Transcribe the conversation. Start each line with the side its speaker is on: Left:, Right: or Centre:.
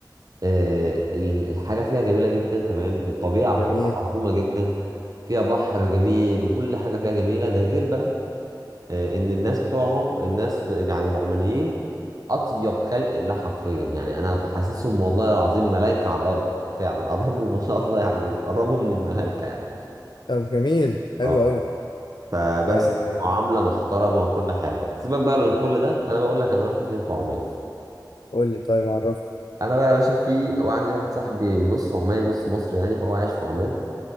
Right: آه، ال- الحاجة فيها جميلة جدا تمام الطبيعة
Left: جميل
Right: فيها عظيمة جدا فيها بحر جميل وكل حاجة فيها جميلة ده غير بقى آه، ان الناس بتوعهم الناس يعني العمانيين اطيب خلق الله حرفيا يعني انا بحسسهم والله العظيم ملائكة على الارض فعلا <laughs> قربوا ما شاء الله يعني قربوا من الملائكة يعني
Left: طب جميل حلو
Right: اه
Left: أوي
Right: فبس
Left: يعني
Right: معاملة محترمة وكل حاجة سيبك بقى من كل ده انا بقول لك انا رحت فين في عمان
Left: قول لي طيب عرفت
Right: انا بقى يا باشا في وعندي واحد صاحبي نص عماني نص مصري يعني فهو عايش في عمان